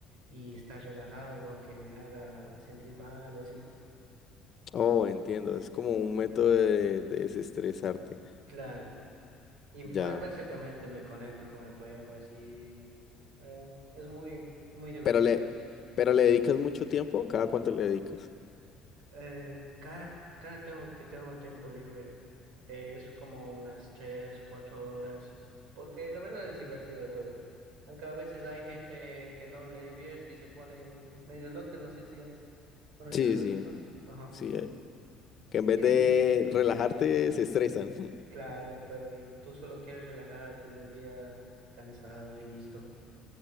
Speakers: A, on the right (about 75°); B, on the left (about 45°).
A: y estar relajado aunque me haga sentir mal o así.
B: Oh, entiendo. Es como un método de, de desestresarte.
A: Claro. Y ba-
B: Ya.
A: básicamente me conecto con el juego, así eh, es muy, muy divertido
B: Pero le,
A: eso.
B: pero le dedicas mucho tiempo, ¿cada cuánto le dedicas?
A: Eh, cada, cada tengo que tengo tiempo libre eh, es como unas 3 4 horas, porque la verdad es divertido el juego. Aunque a veces hay gente que no le divierte y se ponen medio locas, no sé si has conocido
B: Sí,
A: a esas
B: sí.
A: personas. Ajá.
B: Sí, eh, que en
A: Y
B: vez
A: dime,
B: de relajarte, se estresan. <laughs>
A: claro, pero y tú solo quieres relajarte de un día cansado y listo.